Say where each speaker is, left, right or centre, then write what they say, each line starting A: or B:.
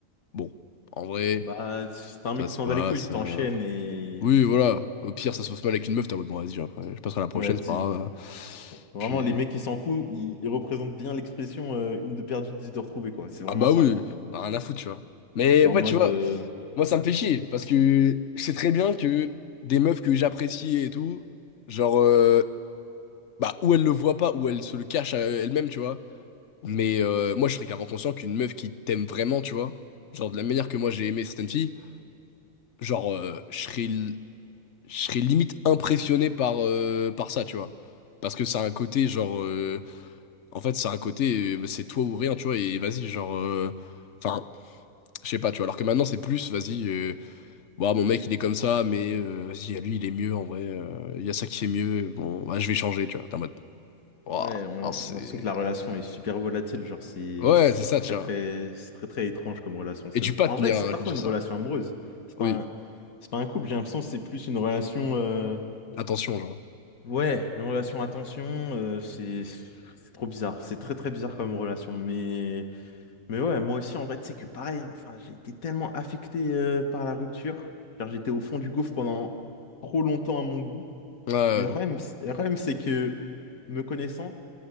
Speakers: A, on the left (about 60°); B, on the left (about 85°).
A: bon, en vrai,
B: Bah, c'est un mec
A: ça se
B: qui s'en
A: passe.
B: bat les couilles, il t'enchaîne
A: euh,
B: et...
A: Oui, voilà. Au pire, ça se passe mal avec une meuf, t'es en mode, bon, vas-y, après, je passerai à la prochaine,
B: Vas-y.
A: c'est pas grave.
B: Vraiment,
A: Puis,
B: les mecs qui s'en foutent, ils, ils représentent bien l'expression euh, une de perdue, dix de retrouvée, quoi. C'est vraiment
A: ah bah
B: ça.
A: oui, on a rien à foutre, tu vois. Mais
B: C'est
A: ouais,
B: en mode...
A: tu vois,
B: euh,
A: moi, ça me fait chier, parce que je sais très bien que des meufs que j'apprécie et tout, genre, euh, bah, ou elles le voient pas, ou elles se le cachent à elles-mêmes, tu vois. Mais euh, moi, je serais clairement conscient qu'une meuf qui t'aime vraiment, tu vois, genre, de la manière que moi, j'ai aimé certaines filles, genre, euh, je serais, je serais limite impressionné par, euh, par ça, tu vois. Parce que ça a un côté, genre... euh, En fait, c'est un côté, euh, c'est toi ou rien, tu vois, et vas-y, genre... euh, Enfin, je sais pas, tu vois, alors que maintenant, c'est plus, vas-y, euh, bon, ah, mon mec, il est comme ça, mais euh, vas-y, à lui, il est mieux, en vrai, euh, il y a ça qui fait mieux, bon, bah, je vais changer, tu vois, t'es en mode... waouh,
B: Ouais, on
A: alors
B: a on
A: c'est...
B: a l'impression que la relation est super volatile. Genre, c'est
A: Ouais,
B: c'est
A: c'est ça,
B: très,
A: tu vois.
B: très... C'est très, très étrange comme relation. C'est-
A: Et tu peux pas
B: En
A: tenir
B: vrai, c'est
A: un
B: pas
A: couple
B: trop
A: sur
B: une
A: ça.
B: relation amoureuse. C'est
A: Oui,
B: pas un... C'est pas un couple, j'ai l'impression que c'est plus une relation... euh,
A: attention, genre.
B: Ouais, une relation à tension, euh, c'est... C'est trop bizarre. C'est très, très bizarre comme relation, mais... Mais ouais, moi aussi, en vrai, tu sais que pareil, hein, enfin, j'ai été tellement affecté euh, par la rupture. Genre, j'étais au fond du gouffre pendant trop longtemps à mon goût.
A: Ouais, ouais,
B: Mais le problème, c'est- le problème, c'est que, me connaissant,